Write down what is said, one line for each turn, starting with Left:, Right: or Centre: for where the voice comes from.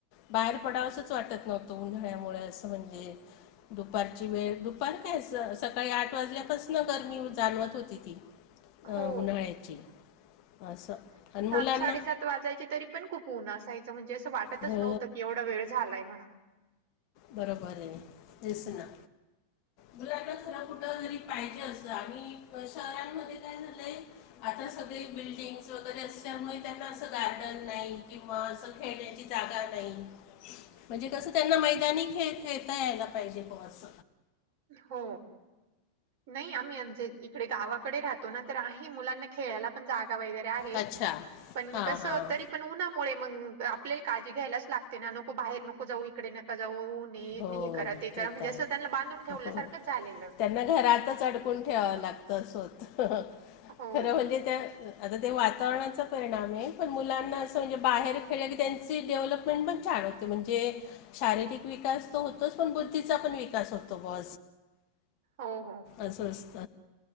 Left: बाहेर पडावसंच वाटत नव्हतं उन्हाळ्यामुळे असं म्हणजे दुपारची वेळु फर काय सकाळी आठ वाजल्यापासून गरमी जाणवत होती ती
Right: हो.
Left: उन्हाळ्याची असं आणि मुलांना
Right: साडेसात वाजायची तरी पण खूप उन्हं असायच म्हणजे असं वाटतच
Left: हो
Right: नव्हतं की एवढा वेळ झालाय म्हणाला
Left: बरोबर आहे दिस ना गुलाला खर कुठ घरी पाहिजे असत आणि शहरांमध्ये काय झालंय आता सगळे बिल्डिंगस वगैरे असल्यामुळे त्यांना असं गार्डन नाही किंवा अस खेण्याची जागा नाही म्हणजे कस त्यांना माहि ख खेता यायला पाहिजे पच
Right: हो नाही आम्ही म्हजे इकडे गावाकडे राहतो ना तर आहे मुलांना खेळाला पण जागा वगैरे आहे
Left: अच्छा
Right: पण
Left: हां
Right: कस
Left: हां
Right: तरी पण उन्हामुळे मग आपल्याला काळी घ्यायलाच लागते ना नको बाहेर नको जाऊ इकडे नका जाऊ हे
Left: हो
Right: करा ते करा म्हणजे
Left: तर आहे.
Right: असं त्यांना बांधून ठेवल्या सारखंच झालेलं
Left: त्यांना घरातच अडकून ठेवाव लागत अस होत
Right: हो,
Left: खर म्हणजे त्या आता ते वातावरणाचा परिणाम आहे पण मुलांना असं म्हणजे बाहेर खेळलं की त्यांची डेव्हलपमेंट पण छान होते म्हणजे शारीरिक विकास तर होतोच पण बुद्धीचा पण विकास होतो ब
Right: हो हो
Left: असवस्त